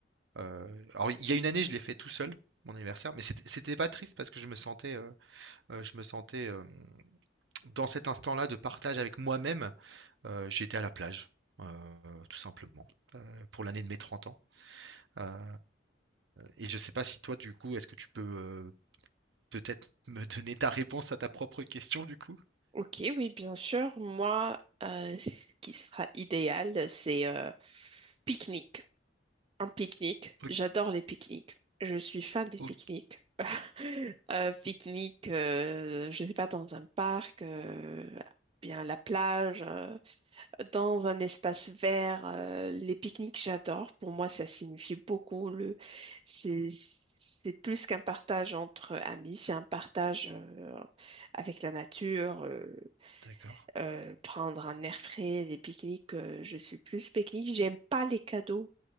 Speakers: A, on the right; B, on the right.
A: Euh, alors, il y a une année, je l'ai fait tout seul, mon anniversaire, mais c'était c'était pas triste parce que je me sentais, euh, euh, je me sentais euh, dans cet instant-là de partage avec moi-même. euh, j'étais à la plage, euh, tout simplement, euh, pour l'année de mes 30 ans. Euh, et je sais pas si toi, du coup, est-ce que tu peux euh, peut-être <laughs> me donner ta réponse à ta propre question, du coup?
B: Ok, oui, bien sûr. Moi, euh, ce qui sera idéal, c'est euh, pique-nique. Un pique-nique.
A: Ok,
B: J'adore les pique-niques. Je suis fan des
A: ok,
B: pique-niques. <laughs> Euh, pique-nique, euh, je ne sais pas, dans un parc, euh, bien à la plage. euh, dans un espace vert. euh, les pique-niques, j'adore. Pour moi, ça signifie beaucoup. Le, c'est, c'est plus qu'un partage entre amis, c'est un partage euh, avec la nature. euh,
A: d'accord.
B: euh, prendre un air frais, des pique-niques, euh, je suis plus pique-nique. J'aime pas les cadeaux.